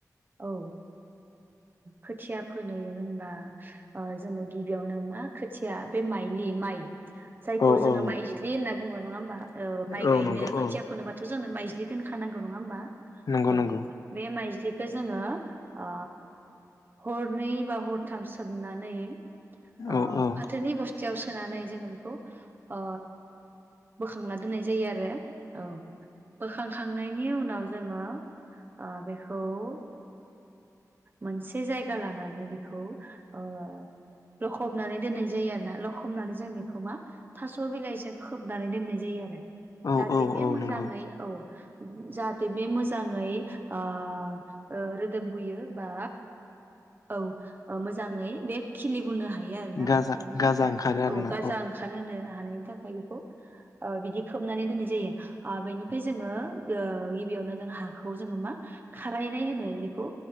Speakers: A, on the right; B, on the left.
A: औ खोथिया ओ फोनो होनबा ओ जोङो गिबियावनो मा खोथिया बे माइलि माइ जायखौ
B: औ
A: जोङो
B: औ
A: माइज्लि होनना बुङो नङा होमबा ओ माइ
B: औ
A: गायनो
B: नंगौ
A: खोथिया
B: औ
A: फोनोबाथ' जोंङो माइ बिदि दोनखानांगौ नङा होमबा?
B: नंगौ
A: औ
B: नंगौ
A: बे माइज्लि बे जोङो ओ हरनै बा हरथाम सोमनानै अ
B: औ औ
A: फाथोनि बस खाथियाव सोनानै जोङो बेखौ ओ बोखांना दोननाय जायो आरो। औ बोखां खांनायनि उनाव जोङो ओ बेखौ ओ मोनसे जायगा लानानै बेखौ ओ लखबनानै दोननाय जायो आरो ना लखबनानै जों बेखौ मा थास' बिलाइजों खोबनानै दोननाय जायो
B: औ
A: जाहाथे
B: औ
A: बे
B: औ
A: मोजाङै
B: नंगौ
A: औ जाहाथे बे मोजाङै आ ओ रोदोम बोयो बा औ ओ मोजाङै बे खिलि हरनो हायो आरोना
B: गाजा
A: बेनि
B: गाजा
A: थाखाय
B: ओंखारो
A: औ
B: आरोना
A: गाजा ओंखार होनो। नानायनि थाखाय बिखौ ओ बिदि खोबनानै दोन्नाय जायो आ बेनिफाय जोङो ओ गिबियावनो जोङो हाखौ मा जोङो खार नाय होनो एखौ